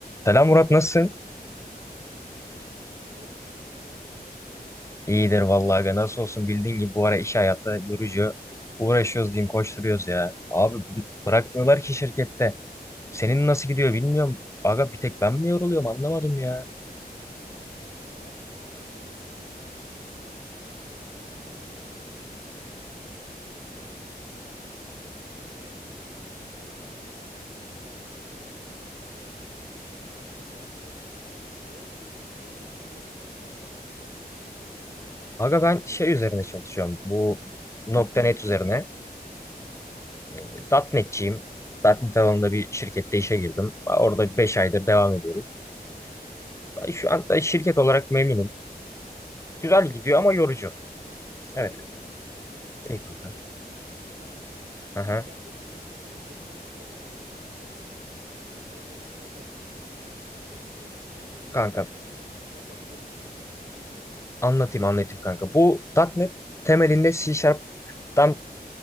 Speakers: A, on the left; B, on the right.
A: Selam Murat nasılsın?
B: Ee, teşekkür ederim Muhammed. Sen nasılsın? Nasıl gidiyor?
A: İyidir vallahi aga nasıl olsun bildiğin gibi bu ara iş hayatı yorucu uğraşıyoruz diyeyim koşturuyoruz ya. Abi bu- bırakmıyorlar ki şirkette. Senin nasıl gidiyor bilmiyorum. Aga bir tek ben mi yoruluyorum anlamadım ya.
B: Ya kankam bence bizim meslekte hep aynı ya. Yani çok yorucu geçiyor, çok tempolu geçiyor. Sürekli ekran başındasın. Ee, yorucu oluyor yani biraz dediğin gibi. Kankam e, sen ne yazıyordun? Ne üzerine çalışıyordun? Biraz bahset istersen ya.
A: Aga ben şey üzerine çalışıyorum bu nokta .NET üzerine. E,
B: Evet.
A: .NET'ciyim. .NET alanında bir şirkette işe girdim. Orada 5 aydır devam ediyorum. Ben Şu anda şirket
B: Kankam
A: olarak memnunum.
B: e,
A: Güzel gidiyor
B: şeyi
A: ama yorucu. Evet
B: şeyi
A: kanka.
B: merak ettim. Şimdi
A: İyi kanka.
B: .NET yazıyorum dedin ama
A: Aha.
B: bu .NET'le sadece e, web tarafında mı yazıyorlar yoksa e, başka taraflarda da .NET e, yazabiliyor e, yazabiliyorlar
A: Kanka
B: mı? ya? Ben çok kullanmadım o yüzden teknolojiyi çok bilmiyorum yani.
A: Anlatayım anlatayım kanka. Bu .NET temelinde C Sharp'tan